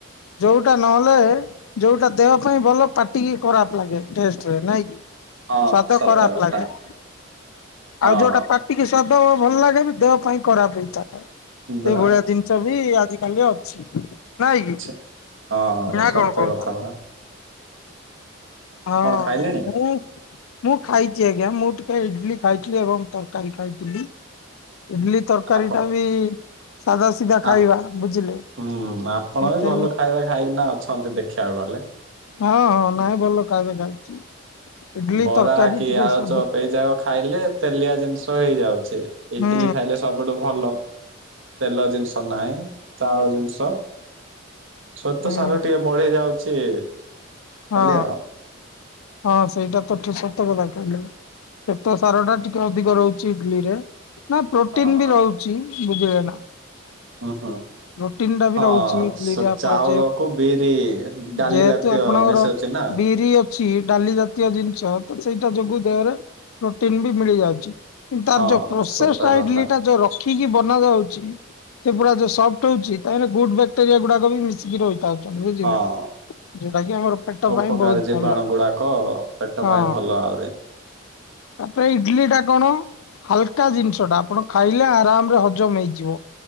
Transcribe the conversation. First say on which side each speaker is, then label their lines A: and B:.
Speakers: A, on the left; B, on the right.
A: ଯେଉଟା ନହେଲେ ଯୋଉଟା ଦେହ ପାଇଁ ଭଲ ପାଟିକି ଖରାପ ଲାଗେ ଟେଷ୍ଟରେ ନାଇଁ କି?
B: ହଁ
A: ସ୍ଵାଦ
B: ସତ
A: ଖରାପ
B: କଥା
A: ଲାଗେ।
B: ହଁ
A: ଆଉ ଯଉଟା ପାଟିକି ସ୍ଵାଦ ଭଲ ଲାଗେ ବି ଦେହ ପାଇଁ ଖରାପ ହେଇଥାଏ।
B: ବା
A: ସେଇ ଭଳିଆ ଜିନିଷ ବି ଆଜିିକାଲି ଅଛି। ନାଇଁ କି
B: ଆଛା ହଁ
A: ନା
B: ସତ
A: କଣ କହୁଛ?
B: ତ କଥା ହେଲା।
A: ହଁ
B: ଖାଇଲେଣି?
A: ମୁଁ ମୁଁ ଖାଇଛି ଆଜ୍ଞା ମୁଁ ଟିକେ ଇଡଲି ଖାଇଥିଲି ଏବଂ ତରକାରୀ ଖାଇଥିଲି। ଇଡଲି ତରକାରୀ
B: ଆପ
A: ଟା ବି ସାଧା ସିଧା
B: ଆ
A: ଖାଇବା ବୁଝିଲେ।
B: ହୁଁ ଆପଣ ବି
A: ତେଲ
B: ଭଲ ଖାଇବା ଖାଇକିନା ଅଛନ୍ତି ଦେଖିବାକୁ ଗଲେ।
A: ହଁ ହଁ ନାଇଁ ଭଲ ଖାଇବା ଖାଇଛି। ଇଡଲି
B: ବରା
A: ତରକାରୀ
B: କି
A: ଟିକେ
B: ଆଳୁଚପ
A: ସାଧା
B: ଏଇଯା ଖାଇଲେ ତେଲିଆ ଜିନିଷ ହେଇଯାଉଛି
A: ହୁଁ
B: ଇଡଲିି ଖାଇଲେ ସବୁ ଗୋଟେ ଭଲ ତେଲ ଜିନିଷ ନାହିଁ ଚାଉଳ ଜିନିଷ ସ୍ୱେତ
A: ହୁଁ।
B: ସାର ଟିକେ ବଢି ଯାଉଛି।
A: ହଁ
B: ଖାଲି ଆଉ।
A: ହଁ ସେଇଟା ତଠୁ ସତ କଥା କହିଲ। ସେତ ସାର ଟା ଟିକେ ଅଧିକ ରହୁଛି ଇଡଲି ରେ। ନା ପ୍ରୋଟିନ
B: ହଁ
A: ବି ରହୁଛି ବୁଝିଲେ ନା।
B: ହୁଁ ହୁଁ
A: ପ୍ରୋଟିନ ଟା ବି
B: ହଁ
A: ରହୁଛି ଇଡଲିରେ ଆପଣ
B: ଚାଉଳକୁ
A: ଯେ
B: ବିରି ଡାଲି
A: ଯେହେତୁ
B: ଜାତୀୟ।
A: ଆପଣଙ୍କର
B: ତ ମେଶ ଅଛି ନା।
A: ବିରି ଅଛି ଡାଲି ଜାତୀୟ ଜିନିଷ ତ ସେଇଟା ଯୋଗୁ ଦେହରେ ପ୍ରୋଟିନ ବି ମିଳି ଯାଉଛି। କି ତାର
B: ହଁ
A: ଯୋଉ ପ୍ରୋସେସଇଡିଲଟା
B: ସତ କଥା
A: ଯୋଉ ରଖିକି ବନା ଯାଉଛି। ସେ ପୁରା ଯଉ ସଫ୍ଟ ହଉଛି ତା ଗୁଡୁ ବ୍ୟାକ୍ଟେରିଆ ଗୁଡାକ ବି ମିଶିକି ରହିଥାଉଛନ୍ତି ବୁଝିିଲେ।
B: ହଁ
A: ଜଉଟା କି ଆମର ପେଟ
B: ଉପକାରୀ
A: ପାଇଁ ବହୁତ
B: ଜୀବାଣୁ
A: ଭଲ
B: ଗୁଡାକ ପେଟ
A: ହଁ।
B: ପାଇଁ ଭଲ ଆହୁରି
A: ତାପରେ ଇଡଲି ଟା କଣ? ହାଲକା ଜିନିଷ ଟା ଆପଣ ଖାଇଲେ ଆରାମ ରେ ହଜମ ହେଇଯିବ।